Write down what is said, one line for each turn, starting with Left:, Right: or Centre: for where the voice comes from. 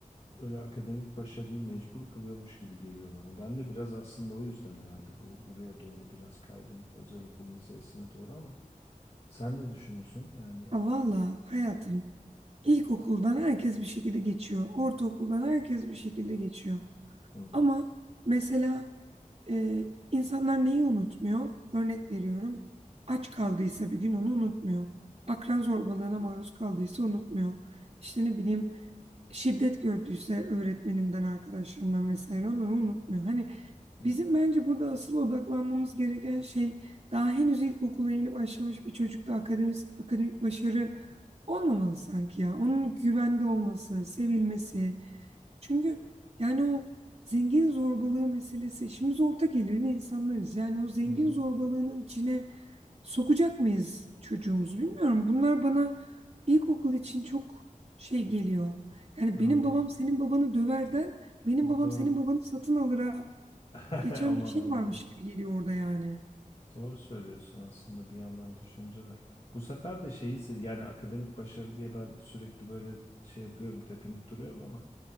Left: böyle akademik başarıyı mecbur kılıyormuş gibi geliyor bana. Ben de biraz aslında o yüzden herhalde bu buraya doğru biraz kaydım özel okul meselesine doğru ama sen ne düşünüyorsun? Yani
Right: Ya valla hayatım ilkokuldan herkes bir şekilde geçiyor. Ortaokuldan herkes bir şekilde geçiyor.
Left: hmm,
Right: Ama mesela Ee, insanlar neyi unutmuyor? Örnek veriyorum. Aç kaldıysa bir gün onu unutmuyor. Akran zorbalığına maruz kaldıysa unutmuyor. İşte ne bileyim şiddet gördüyse öğretmeninden, arkadaşlarından vesaire onları unutmuyor. Hani
Left: hmm,
Right: bizim bence burada asıl odaklanmamız gereken şey daha henüz ilkokula yeni başlamış bir çocukta akademik, akademik başarı olmamalı sanki ya. Onun güvende olması, sevilmesi. Çünkü yani o Zengin zorbalığı meselesi. İşimiz orta gelirli insanlarız. Yani o zengin
Left: hmm,
Right: zorbalığının içine sokacak mıyız çocuğumuzu bilmiyorum. Bunlar bana ilkokul için çok şey geliyor. Yani
Left: anladım.
Right: benim babam senin babanı döverden benim babam
Left: Doğru.
Right: senin babanı satın alıra
Left: <laughs>
Right: geçen
Left: Aman
Right: bir şey
Left: aman
Right: varmış
Left: ya.
Right: gibi geliyor orada yani.
Left: Doğru söylüyorsun aslında bir yandan düşünce de. Bu sefer de şeyi se- yani akademik başarı diye ben sürekli böyle şey yapıyorum, tepinip duruyorum ama